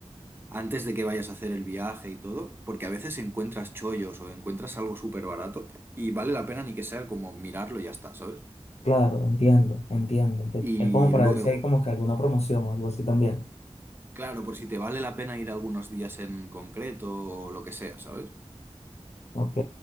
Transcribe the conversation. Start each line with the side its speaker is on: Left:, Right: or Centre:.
Right: antes de que vayas a hacer el viaje y todo, porque a veces encuentras chollos o encuentras algo súper barato y vale la pena ni que sea como mirarlo y ya está, ¿sabes?
Left: claro, entiendo, entiendo. enti-
Right: Y
Left: Es como para
Right: luego,
Left: ver si hay como que alguna promoción o algo así también.
Right: claro, por si te vale la pena ir algunos días en concreto o lo que sea, ¿sabes?
Left: Ok,